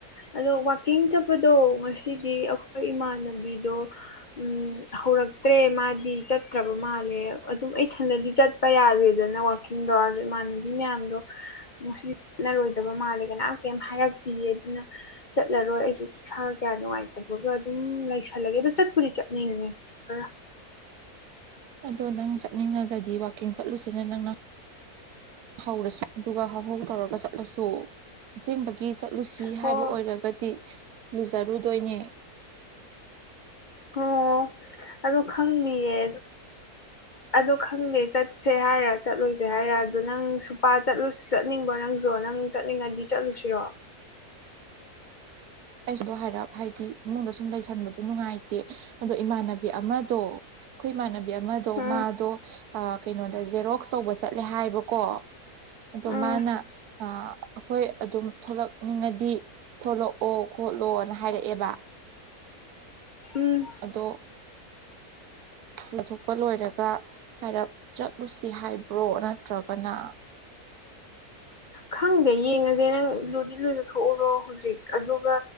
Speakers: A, on the left (about 35°); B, on the right (about 80°).
A: ꯑꯗꯣ ꯋꯥꯛꯀꯤꯡ ꯆꯠꯄꯗꯣ ꯉꯁꯤꯗꯤ ꯑꯩꯈꯣꯏ ꯏꯃꯥꯟꯅꯕꯤꯗꯣ
B: <inaudible>
A: ꯎꯝ ꯍꯧꯔꯛꯇ꯭ꯔꯦ ꯃꯥꯗꯤ ꯆꯠꯇ꯭ꯔꯕ ꯃꯥꯜꯂꯦ ꯑꯗꯨꯝ ꯑꯩꯊꯟꯗꯗꯤ ꯆꯠꯄ ꯌꯥꯗꯦꯗꯅ ꯀꯤꯡꯗꯣ ꯏꯃꯥꯟꯅꯕꯤ ꯃꯌꯥꯝꯗꯣ ꯉꯁꯤ ꯂꯣꯏꯗꯕ ꯃꯥꯟꯂꯦ ꯀꯅꯥꯝ ꯀꯔꯤꯝ ꯍꯥꯏꯔꯛꯇꯦꯑ ꯑꯗꯨꯅ ꯆꯠꯂꯔꯣꯏ ꯑꯩꯁꯨ ꯁꯥ ꯀꯌꯥ ꯅꯨꯡꯉꯥꯏꯇꯕꯒ ꯑꯗꯨꯝ ꯂꯩꯁꯜꯂꯒꯦ ꯑꯗꯨ ꯆꯠꯄꯨꯗꯤ ꯆꯠꯅꯤꯡꯉꯦ ꯐꯔ
B: ꯑꯗꯣ ꯅꯪ ꯆꯠꯅꯤꯡꯉꯒꯗꯤ ꯋꯥꯛꯀꯤꯡ ꯆꯠꯂꯨꯁꯤꯅ ꯅꯪꯅ ꯍꯧꯔꯁꯤ ꯑꯗꯨꯒ ꯍꯧꯍꯧ ꯇꯧꯔꯒ ꯆꯠꯂꯁꯨ ꯑꯁꯦꯡꯕꯒꯤ ꯆꯠꯂꯨꯁꯤ
A: ꯍꯣꯏ
B: ꯍꯥꯏꯕ ꯑꯣꯏꯔꯒꯗꯤ ꯂꯨꯖꯔꯨꯗꯣꯏꯅꯦ
A: ꯎꯝ ꯑꯗꯨ ꯈꯪꯗꯤꯌꯦ ꯑꯗꯣ ꯈꯪꯗꯦ ꯆꯠꯁꯦ ꯍꯥꯏꯔ ꯆꯠꯂꯣꯏꯁꯦ ꯍꯥꯏꯔ ꯑꯗ ꯅꯪ ꯁꯨꯄꯥ ꯆꯠꯂꯨ ꯆꯠꯅꯤꯡꯕꯣ ꯅꯪꯖꯨ ꯅꯪ ꯆꯠꯅꯤꯡꯉꯥꯗꯤ ꯆꯠꯂꯨꯁꯤꯔꯣ
B: ꯑꯩꯗꯣ ꯍꯥꯏꯔꯞ ꯍꯥꯏꯗꯤ ꯏꯃꯨꯡꯗ ꯁꯨꯝ ꯂꯩꯁꯟꯕꯗꯣ ꯅꯨꯡꯉꯥꯏꯇꯦ ꯑꯗꯣ ꯏꯃꯥꯟꯅꯕꯤ ꯑꯃꯗꯣ ꯑꯩꯈꯣꯏ ꯏꯃꯥꯟꯅꯕꯤ ꯑꯃꯗꯣ
A: ꯎꯝ
B: ꯃꯥꯗꯣ ꯀꯩꯅꯣꯗ ꯖꯦꯔꯣꯛꯁ ꯇꯧꯕ ꯆꯠꯂꯦ ꯍꯥꯏꯑꯦꯕꯀꯣ ꯑꯗꯣ
A: ꯎꯝ
B: ꯃꯥꯅ ꯑꯩꯈꯣꯏ ꯑꯗꯨꯝ ꯊꯣꯛꯂꯛꯅꯤꯡꯉꯗꯤ ꯊꯣꯂꯣꯛ ꯑꯣ ꯈꯣꯠꯂꯣ ꯑꯅ ꯍꯥꯏꯔꯛꯑꯦꯕ
A: ꯎꯝ
B: ꯑꯗꯣ ꯂꯨꯊꯣꯛꯄ ꯂꯣꯏꯔꯒ ꯍꯥꯏꯔꯞ ꯆꯠꯂꯨꯁꯤ ꯍꯥꯏꯕ꯭ꯔꯣ ꯅꯠꯇ꯭ꯔꯒꯅ
A: ꯈꯪꯗꯦ ꯌꯦꯡꯉꯁꯦ ꯅꯪ ꯂꯨꯗꯤ ꯂꯨꯖꯊꯣꯛꯎꯔꯣ ꯍꯧꯖꯤꯛ ꯑꯗꯨꯒ